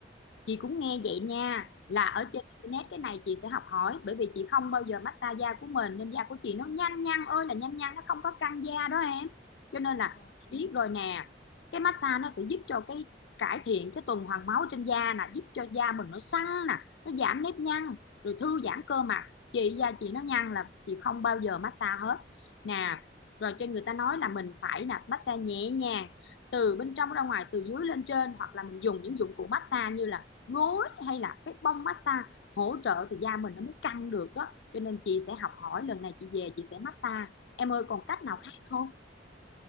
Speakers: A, on the left; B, on the left.
A: chị cũng nghe vậy nha là ở
B: vâng
A: trên internet cái này chị sẽ học hỏi bởi vì chị không bao giờ massage da của mình nên da của chị nó nhanh nhăn ơi là nhanh nhăn nó không có căng da đó em cho nên là
B: vâng
A: chị biết rồi nè cái massage nó sẽ giúp cho cái cải thiện cái tuần hoàn máu trên da nè giúp cho da mình nó săn nè nó giảm nếp nhăn rồi thư giãn cơ mặt chị da chị nó nhăn là chị không bao giờ massage hết nè rồi cho người ta nói là mình phải là massage nhẹ nhàng từ bên trong ra ngoài từ dưới lên trên hoặc là mình dùng những dụng cụ massage như là gối hay là cái bông massage hỗ trợ thì da mình nó mới căng được đó cho nên chị sẽ học hỏi lần này chị về chị sẽ massage em ơi còn cách nào
B: vâng
A: khác không